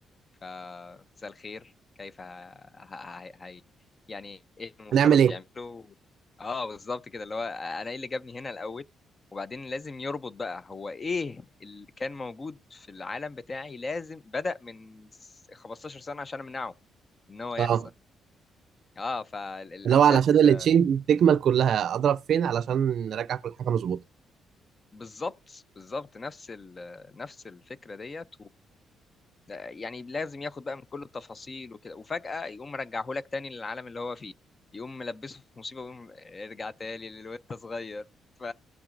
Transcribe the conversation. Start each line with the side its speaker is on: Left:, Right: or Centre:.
Left: فمساء الخير كيف ه... ه... ه... هي... يعني ايه المفترض
Right: هنعمل ايه
Left: يعمله اه بالظبط كده اللي هو انا ايه اللي جابني هنا الاول وبعدين لازم يربط بقى هو ايه اللي كان موجود في العالم بتاعي لازم بدأ من س- 15 سنة عشان امنعه ان هو يحصل
Right: اه
Left: اه فالاحداث
Right: اللي هو علشان التشين تكمل كلها اضرب فين علشان نراجع كل حاجه مظبوطه
Left: بالظبط بالظبط نفس ال... نفس الفكرة ديت ده يعني لازم ياخد بقى من كل التفاصيل وكده وفجأة يقوم مرجعه لك تاني للعالم اللي هو فيه يقوم ملبسه في مصيبة ويقوم ارجع تاني للوقت صغير ف